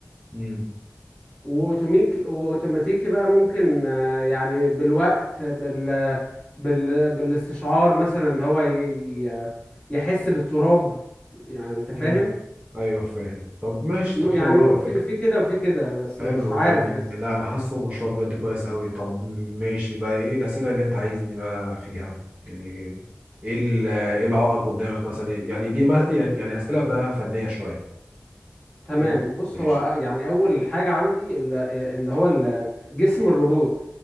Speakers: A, on the right; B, on the left.
A: امم
B: واوتوميك واوتوماتيكي بقى ممكن آه، يعني بالوقت بال بال بالاستشعار مثلا إن هو ي- ي- يحس بالتراب يعني انت
A: امم
B: فاهم
A: ايوه فاهم طب ماشي
B: م-
A: طب
B: يعني
A: حلو قوي
B: م-
A: على
B: في
A: فكره
B: في كده وفي كده بس
A: حلو
B: مش عارف
A: يعني
B: لسه
A: لا انا حاسه مشروع بجد كويس قوي طب ماشي بقى ايه الاسئله اللي انت عايزني بقى فيها يعني ايه ال- ايه العائق قدامك مثلا يعني دي ما- يعني يعني اسئله بقى فنيه شويه
B: تمام
A: إيه-
B: بص
A: ماشي
B: هو أ- يعني اول حاجة عندي ال- اللي هو ال- جسم الروبوت